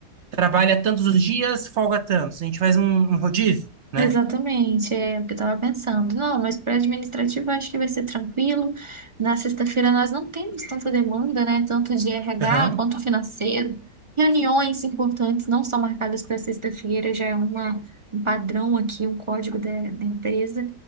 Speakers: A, on the right (about 55°); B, on the right (about 25°).
A: trabalha tantos os dias, folga tantos. A gente faz um, um rodízio, né?
B: Exatamente, é o que eu estava pensando. Não, mas para administrativo eu acho que vai ser tranquilo. Na sexta-feira nós não temos tanta demanda, né? Tanto de RH
A: Aham,
B: quanto financeiro. Reuniões importantes não são marcadas para sexta-feira, já é uma, um padrão aqui, um código da, da empresa.